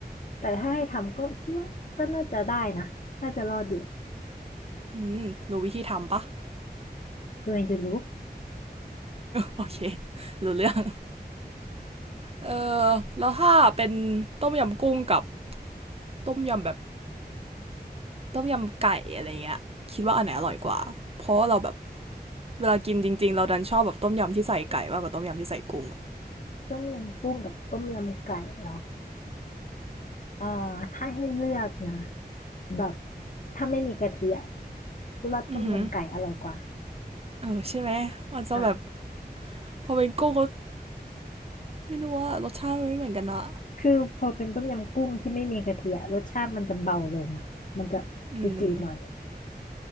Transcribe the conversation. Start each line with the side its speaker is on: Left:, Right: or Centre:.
Left: แต่ถ้าให้ทำก็คิดว่าก็น่าจะได้นะน่าจะรอดอยู่
Right: อืมรู้วิธีทำปะ
Left: โดยยูทูบ
Right: โอเครู้เรื่องเออแล้วถ้าเป็นต้มยำกุ้งกับต้มยำแบบต้มยำไก่อะไรเงี้ยคิดว่าอันไหนอร่อยกว่าเพราะว่าเราแบบเวลากินจริงๆเราดันชอบแบบต้มยำที่ใส่ไก่มากกว่าต้มยำที่ใส่กุ้งอะ
Left: ต้มยำกุ้งกับต้มยำไก่เหรอเออถ้าให้เลือกนะแบบถ้าไม่มีกะทิอะคิดว่าต้มยำไก่อร่อยกว่า
Right: อือหือเออใช่ไหมมันจะแบบ
Left: อ่า
Right: พอเป็นกุ้งก็ไม่รู้ว่ารสชาติมันไม่เหมือนกันนะ
Left: คือพอเป็นต้มยำกุ้งที่ไม่มีกะทิอะรสชาติมันจะเบาลงอ่ะมันจะจืดๆหน่อย
Right: อืม